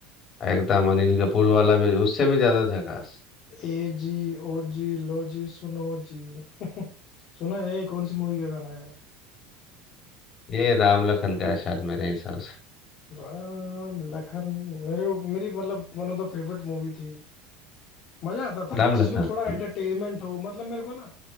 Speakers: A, on the left (about 30°); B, on the left (about 45°).
A: एकदम अनिल कपूर वाला भी उससे भी ज्यादा झकास
B: ए जी ओ जी लो जी सुनो जी <laughs> सुना है कौन सी मूवी का गाना है
A: ये राम लखन का है शायद मेरे हिसाब से
B: राम लखन मेरे को- मेरी मतलब one of the favourite movie थी मजा आता था
A: राम
B: जिसमें
A: लखन
B: थोड़ा एंटरटेनमेंट हो मतलब मेरे को ना